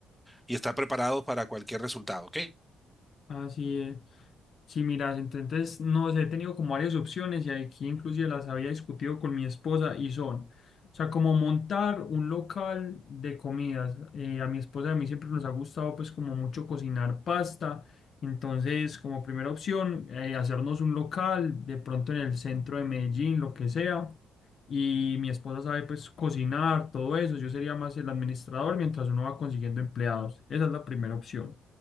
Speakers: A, in the centre; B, on the left (about 55°).
A: y estar preparado para cualquier resultado, ¿ok?
B: Así es. Sí, mira, entonces no sé, he tenido como varias opciones y aquí inclusive las había discutido con mi esposa y son, o sea, como montar un local de comidas. Eh, a mi esposa y a mí siempre nos ha gustado pues como mucho cocinar pasta, entonces como primera opción eh, hacernos un local de pronto en el centro de Medellín, lo que sea y mi esposa sabe pues cocinar, todo eso, yo sería más el administrador mientras uno va consiguiendo empleados. Esa es la primera opción.